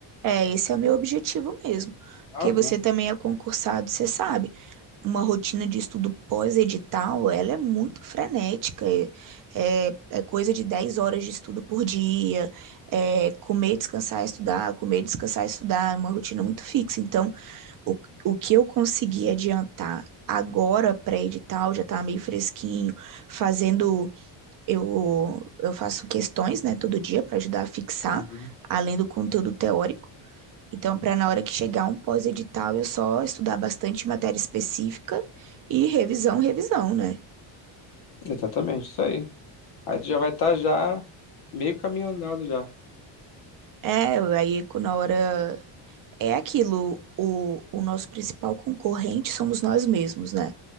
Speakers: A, on the right (about 45°); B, on the left (about 50°).
A: É, esse é o meu objetivo mesmo. Porque
B: Aham.
A: você também é concursado, você sabe. Uma rotina de estudo pós-edital, ela é muito frenética. É, é- é coisa de 10 horas de estudo por dia. É comer, descansar, estudar, comer, descansar, estudar. É uma rotina muito fixa. Então, o, o que eu consegui adiantar agora pré-edital já está meio fresquinho, fazendo. Eu, eu faço questões, né, todo dia para ajudar a fixar,
B: Uhum.
A: além do conteúdo teórico. Então, para na hora que chegar um pós-edital, eu só estudar bastante matéria específica e revisão, revisão, né?
B: Exatamente, isso aí. Aí tu já vai estar já meio caminho andado já.
A: É, aí co- na hora É aquilo, o, o nosso principal concorrente somos nós mesmos, né?